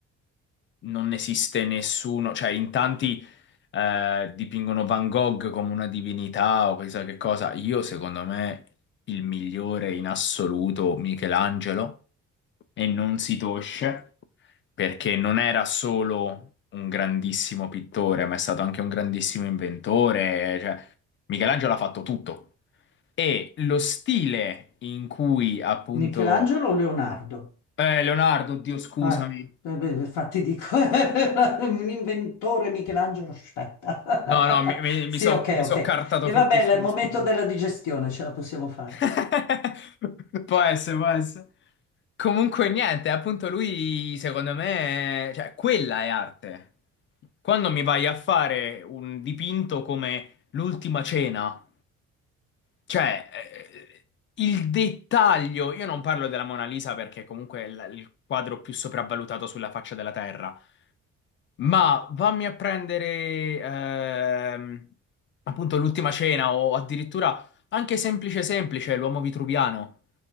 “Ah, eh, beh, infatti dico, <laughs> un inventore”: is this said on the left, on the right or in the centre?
Left